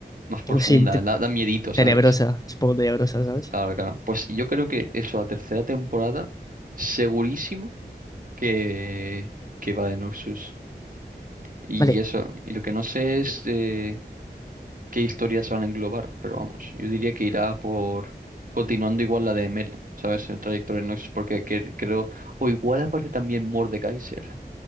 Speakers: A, on the right (about 50°); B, on the left (about 20°).
A: más
B: Un
A: profunda,
B: poco, sí, te-
A: da, da miedito, ¿sabes?
B: tenebrosa, es un poco tenebrosa, ¿sabes?
A: Claro, claro. Pues yo creo que eso, la tercera temporada, segurísimo que, que va de Noxus. Y
B: Vale,
A: eso, y lo que no sé es... eh, qué historias van a englobar, pero vamos, yo diría que irá por continuando igual la de Emel, ¿sabes? El trayecto de Nox, porque que- creo, o igual aparece también Mordekaiser.